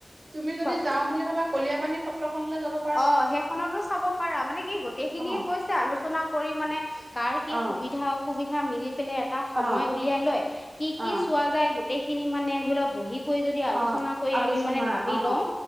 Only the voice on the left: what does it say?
কোৱাচোন
অ', সেইখনতো চাব পাৰা মানে কি গোটেইখিনি
কৈছে আলোচনা কৰি মানে কাৰ কি
সুবিধা অসুবিধা মিলি পেলাই এটা সময়
উলিয়াই লয় কি কি
চোৱা যায় গোটেইখিনি মানে ধৰি লওক বহি কয় যদি আলোচনা
কৰি
আমি‌ মানে ভাবি‌
লও